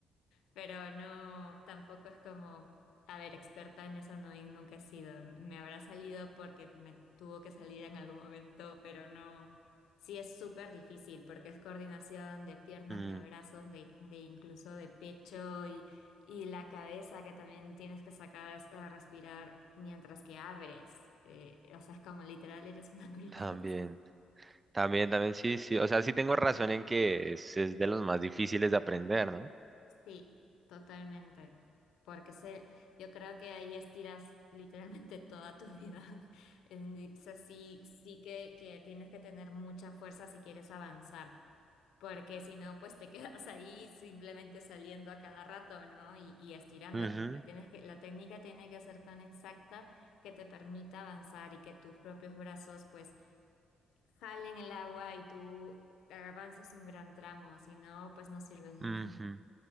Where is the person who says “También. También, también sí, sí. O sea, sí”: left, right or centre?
Right